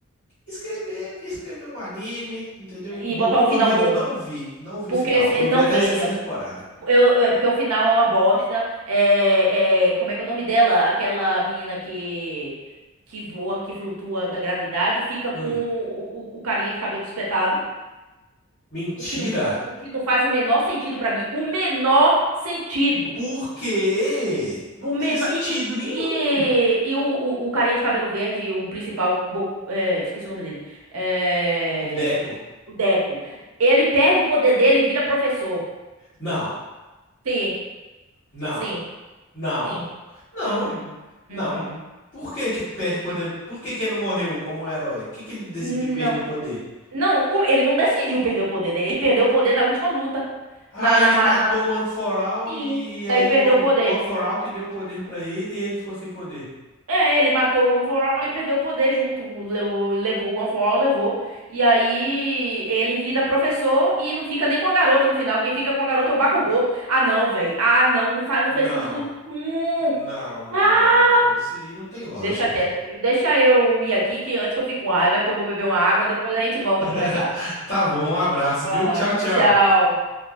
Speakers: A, on the left (about 40°); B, on the right (about 85°).
A: Escrever, escrever um anime, entendeu?
B: e
A: Boku
B: botar um
A: no
B: final
A: Hero
B: bom.
A: eu não vi, não vi
B: Porque
A: o final.
B: se-
A: Eu
B: não
A: vi até
B: veja.
A: a sexta temporada.
B: Eu, é porque o final é uma bosta. É, é, como é que é o nome dela? Aquela menina que que voa, que flutua da gravidade, fica com
A: Hum,
B: o, o- o carinha de cabelo espetado,
A: mentira.
B: o que não, o que não faz o menor sentido pra mim. O menor sentido.
A: Porque não
B: O
A: tem
B: menor
A: sentido
B: e,
A: nenhum
B: e, e, e o, o, o carinha de cabelo verde, o principal, Bo- é, esqueci o nome dele. É,
A: o Deco.
B: o Deco. Ele perde o poder dele e vira professor.
A: Não,
B: Sim,
A: não,
B: sim,
A: não,
B: sim.
A: não,
B: Uhum.
A: não.
B: Uhum.
A: Por que que perde o poder? Por que que ele não morreu como um herói? O que que ele decidiu
B: Não.
A: perder o poder?
B: Não, como- ele não decidiu perder o poder, né? Ele perdeu o poder na última luta.
A: Ah,
B: Na,
A: ele
B: na, ma-
A: matou
B: na, lu-
A: o One for All
B: Sim.
A: e
B: E
A: aí
B: aí perdeu
A: o, o
B: o poder.
A: One for All que deu o poder pra ele e ele ficou sem poder.
B: É, ele matou o One For All e perdeu o poder junto. O, le- o- levou, o One For All levou. E aí ele vira professor e não fica nem com a garota no final. Quem fica com a garota é o Bakugou. Ah, não, velho. Ah, não. Não, fa não
A: Não,
B: fez sentido nenhum.
A: não, não,
B: Ah,
A: não. Pô, isso aí não tem lógica,
B: deixa quieto,
A: pô.
B: viu? Deixa eu ir aqui, que antes que eu fique com raiva, é que eu vou beber uma água, depois a gente volta
A: <laughs>
B: a conversar.
A: Tá bom, um abraço,
B: Vai
A: viu?
B: lá.
A: Tchau, tchau.
B: Tchau.